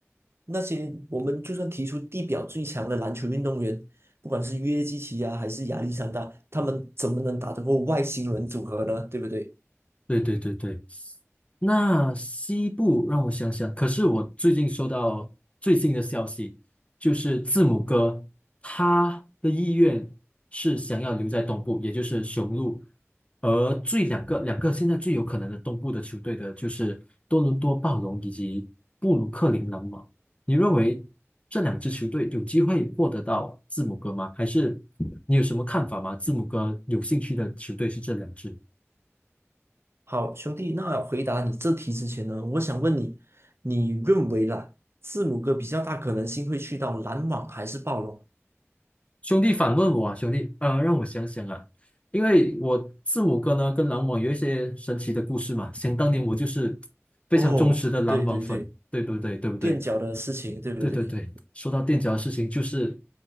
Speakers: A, on the right; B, on the left.
A: 那些我们就算提出地表最强的篮球运动员，不管是约基奇啊，还是亚历山大，他们怎么能打得过外星人组合呢？对不对？
B: 对对对对。那西部让我想想，可是我最近收到最新的消息，就是字母哥他的意愿是想要留在东部，也就是雄鹿，而最两个两个现在最有可能的东部的球队的就是多伦多暴龙以及布鲁克林篮网。你认为这两支球队有机会获得到字母哥吗？还是你有什么看法吗？字母哥有兴趣的球队是这两支。
A: 好，兄弟，那回答你这题之前呢，我想问你，你认为啦，字母哥比较大可能性会去到篮网还是暴龙？
B: 兄弟反问我啊，兄弟，呃，让我想想啊，因为我字母哥呢跟篮网有一些神奇的故事嘛。想当年我就是非常忠实的篮网粉，
A: 哦，对对对，
B: 对不对？对不对？
A: 垫脚的事情，对不对？
B: 对对对。说到垫脚的事情，就是